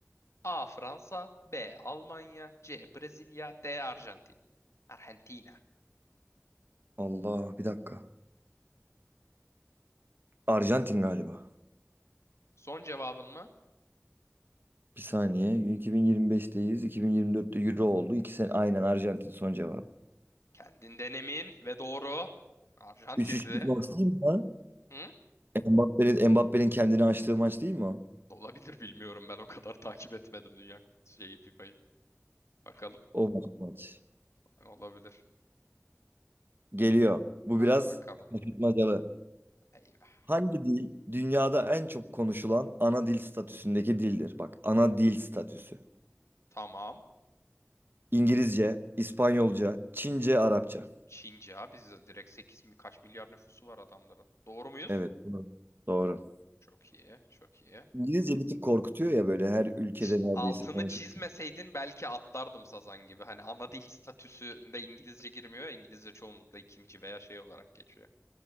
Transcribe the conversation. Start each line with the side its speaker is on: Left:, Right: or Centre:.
Left: A. Fransa, B. Almanya, C. Brezilya, D. Arjantin. Arjantina.
Right: Allah, bir dakika. Arjantin galiba.
Left: Son cevabın mı?
Right: Bir saniye. 2025'teyiz. 2024'te Euro oldu. İki sene aynen Arjantin son cevabı.
Left: Kendinden emin ve doğru. Arjantin'di.
Right: 3-3'lük maç değil mi lan?
Left: Hı?
Right: Mbappe'nin Mbappe'nin kendini açtığı maç değil mi o?
Left: Olabilir bilmiyorum ben o kadar takip etmedim Dünya Kupası şeyi FIFA'yı. Bakalım
Right: O maç. maç.
Left: olabilir.
Right: Geliyor. Bu
Left: Hadi
Right: biraz
Left: bakalım.
Right: şaşırtmacalı.
Left: Eyvah.
Right: Hangi dil dünyada en çok konuşulan ana dil statüsündeki dildir? Bak ana dil statüsü.
Left: Tamam.
Right: İngilizce, İspanyolca, Çince, Arapça.
Left: Çince abi biz direkt 8 mi kaç milyar nüfusu var adamların. Doğru muyuz?
Right: Evet, bunu- doğru.
Left: Çok iyi, çok iyi.
Right: İngilizce bir tık korkutuyor ya böyle her ülkede
Left: ş-
Right: neredeyse
Left: altını
Right: konuşuyor.
Left: çizmeseydin belki atlardım Sazan gibi. Hani ana dil statüsünde İngilizce girmiyor. ya, İngilizce çoğunlukla ikinci veya şey olarak geçiyor.